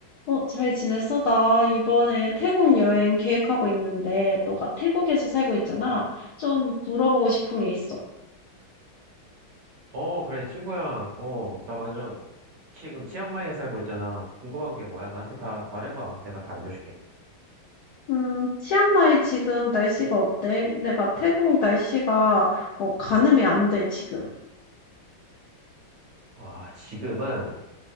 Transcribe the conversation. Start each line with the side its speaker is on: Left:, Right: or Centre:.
Left: 어, 잘 지냈어? 나 이번에 태국 여행 계획하고 있는데, 너가 태국에서 살고 있잖아. 좀 물어보고 싶은 게 있어.
Right: 어, 그래, 친구야. 어, 나 맞아. 지금 치앙마이에 살고 있잖아. 궁금한 게 뭐야? 나한테 다 말해봐. 내가 다 알려줄게.
Left: 음, 치앙마이 지금 날씨가 어때? 내가 태국 날씨가, 어, 가늠이 안 돼, 지금.
Right: 아, 지금은